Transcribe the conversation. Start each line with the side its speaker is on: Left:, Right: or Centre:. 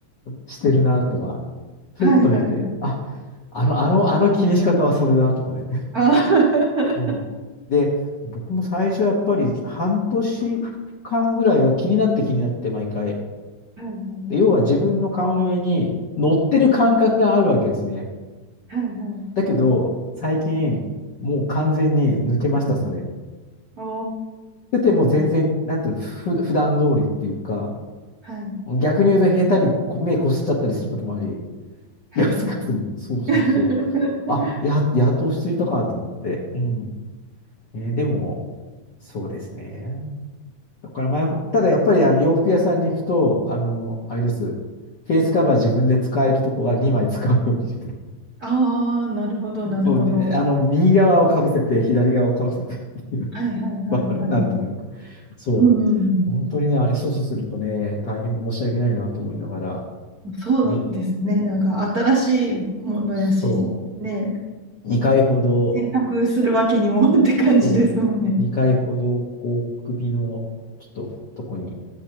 Left: してるなとか、ふっと見て、
Right: はいはいはい。
Left: あ、あの、あの、あの気にし方はそれだとかね。
Right: あ <laughs> は
Left: もう <laughs> で、僕も最初やっぱり半年間ぐらいは気になって気になって毎回。
Right: いはい。
Left: で、要は自分の顔の上に乗ってる感覚があるわけですね。
Right: はいはい。
Left: だけど、最近もう完全に抜けました、それ。
Right: お
Left: でてもう全然、
Right: ー。
Left: なんていうの、ふ、普段通りっていうか、
Right: はい。
Left: 逆に言うと下手にこ目こすっちゃったりすることもあり、
Right: はいはい。
Left: 気がつかずに。そうそうそう。
Right: <laughs>
Left: あ、や、やっと落ち着いたかと思って。うん。ね、でも、そうですね。だから前ほ、ただやっぱりあの洋服屋さんに行くと、あの、あれです。フェイスカバー自分で使えるとこは2枚使うようにしてる。
Right: ああ、なるほど、なるほど。
Left: そうに、あの、右側をかぶせて、左側をかぶせてっていう。
Right: はいはいはいはい。
Left: わかるなんとなく。そう。
Right: うん。
Left: 本当にね、あれ操作するとね、大変申し訳ないなと思いながら。
Right: そうですね。
Left: に
Right: なんか新しいものやし、
Left: そう。
Right: ね、
Left: 2回ほど、
Right: 選択するわけにも <laughs> って感じですもんね。
Left: そう、2回ほど、こう、首の、ちょっと、とこに、